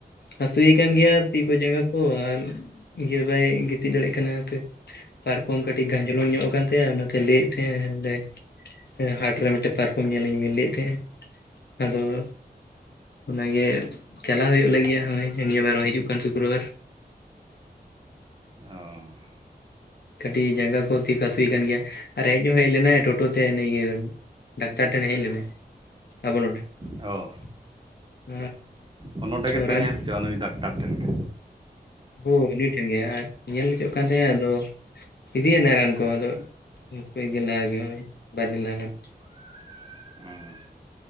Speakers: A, on the left; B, on the right.
A: ᱦᱛᱩᱭᱮ ᱠᱟᱱ ᱜᱮᱭᱟ ᱛᱤ ᱠᱚ ᱡᱟᱸᱜᱟ ᱠᱚ ᱟᱨ ᱤᱭᱟᱹ ᱵᱟᱭ ᱜᱤᱛᱤᱡ ᱫᱟᱲᱮᱭᱟᱜ ᱠᱟᱱᱟ ᱯᱟᱨᱠᱚᱢ ᱠᱟᱹᱴᱤᱡ ᱜᱷᱟᱸᱡᱚᱞᱚᱢ ᱧᱚᱜ ᱟᱠᱛᱟ ᱚᱱᱟᱛᱮ ᱞᱟᱹᱭᱮᱫ ᱛᱟᱦᱮᱸᱟᱸᱱᱟᱰᱮ ᱦᱟᱴ ᱨᱮ ᱢᱤᱫᱴᱮᱱ ᱯᱟᱨᱠᱚᱢ ᱧᱮᱞ ᱤᱧ ᱵᱮᱤᱱ ᱞᱟᱹᱭᱮᱫ ᱛᱟᱦᱮᱸᱱᱟ ᱟᱫᱚ ᱚᱱᱟᱜ ᱜᱮ ᱪᱟᱞᱟᱟᱜ ᱦᱩᱭᱩᱜ ᱞᱟᱹᱜᱤᱫᱼᱟ ᱱᱤᱭᱟᱹ ᱵᱟᱨ ᱦᱚᱸ ᱦᱤᱡᱩᱜ ᱠᱟᱱ ᱥᱩᱠᱨᱚ ᱵᱟᱨ
B: ᱚ
A: ᱠᱟᱹᱴᱤᱡ ᱡᱟᱸᱜᱟ ᱠᱚ ᱛᱤ ᱠᱚ ᱦᱟᱹᱥᱩᱭ ᱠᱟᱱ ᱜᱮᱭᱟ ᱟᱨ ᱦᱮᱡ ᱦᱚᱸ ᱦᱮᱡ ᱞᱮᱱᱟᱭ ᱴᱳᱴᱳ ᱛᱮ ᱱᱩᱭ ᱤᱭᱟᱹ ᱰᱟᱠᱛᱟᱨ ᱴᱷᱮᱱ ᱮ ᱦᱮᱡ ᱞᱮᱱᱟᱭ ᱟᱵᱚ ᱱᱚᱸᱰᱮ
B: ᱚ
A: <unintelligible> <inaudible>
B: ᱦᱚᱸ ᱱᱚᱸᱰᱮ
A: ᱟᱫᱚ
B: ᱜᱮᱛᱚᱭ
A: ᱨᱟᱱ
B: ᱧᱮᱞ
A: ᱠᱚ
B: ᱦᱚᱪᱚᱼᱟ ᱱᱩᱭ ᱰᱟᱠᱛᱟᱨ ᱴᱷᱮᱱ ᱜᱮ
A: ᱦᱳᱭ ᱩᱱᱤ ᱴᱷᱮᱱ ᱜᱮ ᱟᱨ ᱧᱮᱞ ᱦᱚᱪᱚᱜ ᱠᱟᱱ ᱛᱟᱦᱮᱸᱫ ᱟᱭ ᱟᱫᱚ ᱤᱫᱤᱭᱟᱱᱟ ᱨᱟᱱ ᱠᱚ ᱟᱫᱚ ᱠᱚᱭᱮᱠ ᱫᱤᱱ ᱞᱟᱦᱟ ᱜᱮ ᱵᱟᱨᱫᱤᱱ ᱞᱟᱦᱟ ᱜᱟᱱ
B: <inaudible> ᱚᱢ